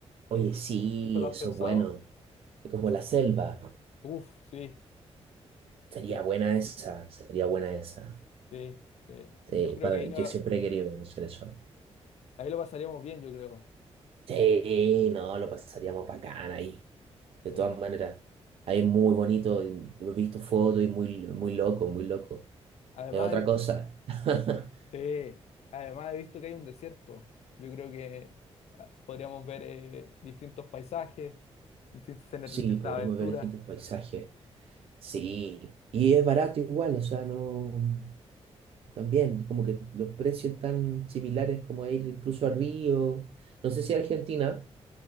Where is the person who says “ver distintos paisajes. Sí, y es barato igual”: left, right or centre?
Right